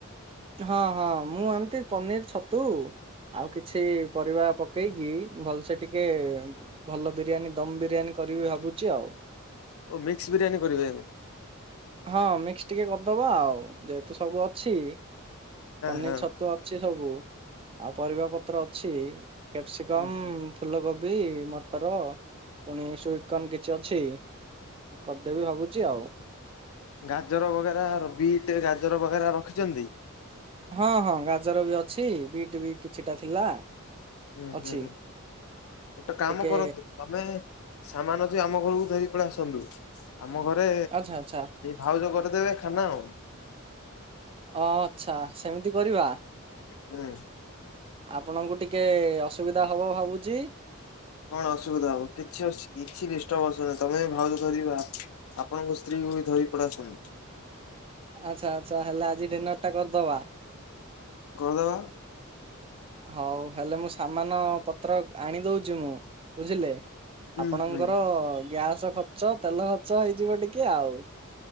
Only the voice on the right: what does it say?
ହଁ ହଁ ମୁଁ ଏମିତି ପନିର ଛତୁ ଆଉ କିଛି ପରିବା ପକେଇକି ଭଲସେ ଟିକେ ଭଲ ବିରିୟାନୀ ଦମ ବିରିୟାନୀ କରିବି ଭାବୁଛି ଆଉ।
ହଁ ମିକ୍ସ ଟିକେ କରିଦବା ଆଉ। ଯେହେତୁ ସବୁ ଅଛି। ପନିର
ଛତୁ ଅଛି ସବୁ। ଆଉ ପରିବା ପତ୍ର ଅଛି। କ୍ୟାପ୍ସିକମ୍
ଫୁଲକୋ ବି ମଟର ପୁଣି ସ୍ଵିଇଟକର୍ନ କିଛି ଅଛି। କରିଦେବି ଭାବୁଛି ଆଉ।
ହଁ ହଁ ଗାଜର ବି ଅଛି ବିଟ୍ ବି କିଛିଟା ଥିଲା।
ଅଛି।
ଟିକେ
ଆଚ୍ଛା ଆଚ୍ଛା
ଓ ଆଚ୍ଛା ସେମିତି କରିବା।
ଆପଣଙ୍କୁ ଟିକେ ଅସୁବିଧା ହବ ଭାବୁଚି।
ଆଚ୍ଛା ଆଚ୍ଛା ହେଲେ ଆଜି ଡିନର ଟା କରିଦବା।
ହଉ ହେଲେ ମୁଁ ସାମାନ ପତ୍ର ଆଣି ଦଉଚି ମୁଁ ବୁଝିଲୁ।
ଆପଣଙ୍କର
ଗ୍ୟାସ ଖର୍ଚ୍ଚ ତେଲ ଖର୍ଚ୍ଚ ହେଇଯିବ ଟିକେ ଆଉ।